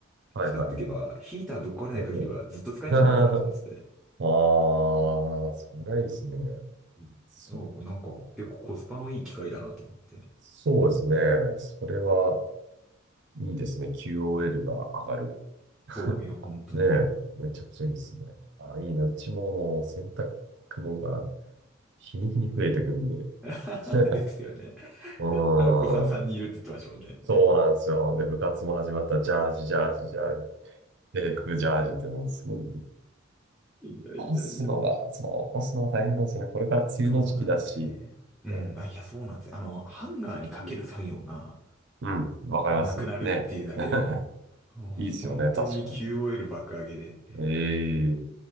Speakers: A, on the right (about 60°); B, in the centre.
A: いはいはい。
B: 使っていけば、ヒーターぶっ壊れない限りはずっと使えるんじゃないかなと思ってて。
A: 結構。<laughs> ああ、それはいいですね。
B: うんうんなんか結構コスパのいい機械だなと思って。
A: そっか。そうですね。それはいいですね。QOL が上がる。<laughs>
B: そう、いや、本当に。
A: ねえ、めちゃくちゃいいですね。ああ、いいな。うちももう洗濯物が日に日に増えてくんで。
B: <laughs>
A: <laughs>
B: ですよね。
A: うん。
B: あお子さん3人いるって言ってましたもんね。
A: そうなんですよ。で、部活も始まったら、ジャージ、ジャージ、ジャージ、制服、ジャージって、もうすごい、
B: いやいやいや。
A: 干すのが、そう、干すのが大変なんですよね。これから梅雨の時期だし、
B: そうなんですよね。うん。
A: ね
B: あ、いや、そうなんですよ。あの、ハンガーにかける作業が
A: うん、うんわかりますね。
B: なくなるっていうだけでも、
A: <laughs>
B: もう本当に
A: いいですよね、確かに。
B: QOL 爆上げで。
A: ええ